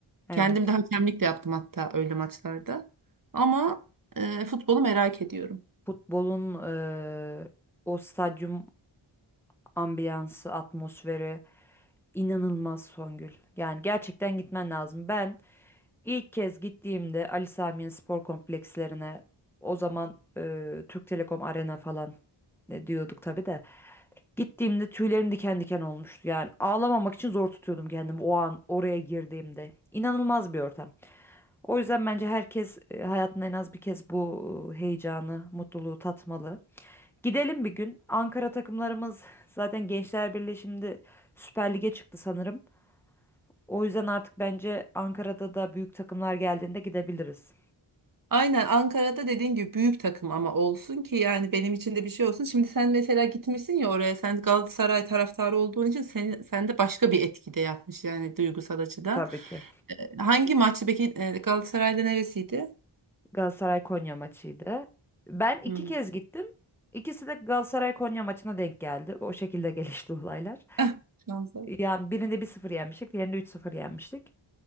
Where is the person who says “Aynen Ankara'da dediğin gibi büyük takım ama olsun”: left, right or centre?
Right